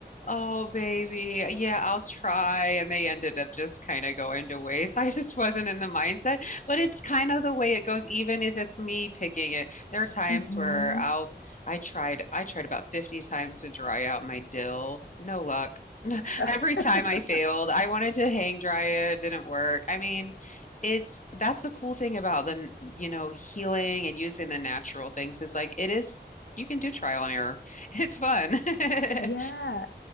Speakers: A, on the left; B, on the left.
A: Oh, baby. Yeah, I'll try. And they ended up just kind of going to waste. <laughs> I just wasn't in the mindset, but it's kind of the way it goes, even if it's me picking it. There are times
B: Mm hmm.
A: where I'll, I tried, I tried about 50 times to dry out my dill. No luck. <laughs>
B: <laughs>
A: Every time I failed, I wanted to hang dry it, didn't work. I mean, it's that's the cool thing about the, you know, healing and using the natural things is like it is, you can do trial and error. <laughs> It's fun. <laughs>
B: Yeah,